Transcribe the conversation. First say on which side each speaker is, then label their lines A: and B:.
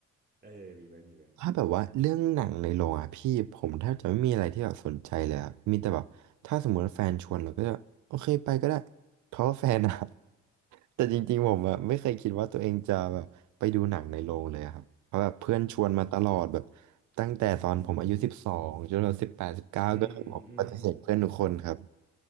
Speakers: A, on the right; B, on the right.
A: เออมีไหมมีไหม
B: ถ้าแบบว่าเรื่องหนังในโรงอ่ะพี่ผมแทบจะไม่มีอะไรที่แบบสนใจเลยอะมีแต่แบบถ้าสมมติว่าแฟนชวนเราก็จะโอเคไปก็ได้เพราะว่าแฟนอะ <laughs> แต่จริงๆผมอะไม่เคยคิดว่าตัวเองจะแบบไปดูหนังในโรงเลยอะครับเพราะแบบเพื่อนชวนมาตลอดแบบตั้งแต่ตอนผมอายุสิบสองจนเราสิบแปดสิบเก้าก็คือผมปฏิเสธเพื่อนทุกคนครับ
A: อืมอืม